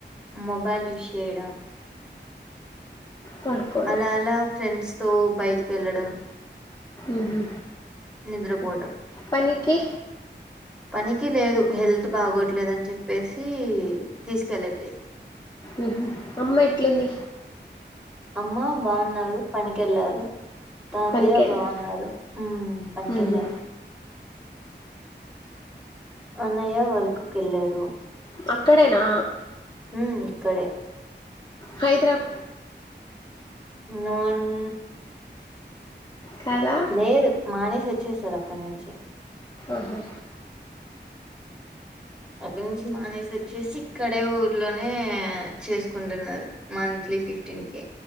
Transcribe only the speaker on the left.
పడుకోవడం
ఉహు
పనికి
ఉహు అమ్మ ఎట్లుంది
పనికి వెళ్ళాలి
ఉహు.
ఒక్కడేనా
హైద్రా ప్
కాదా
ఓహో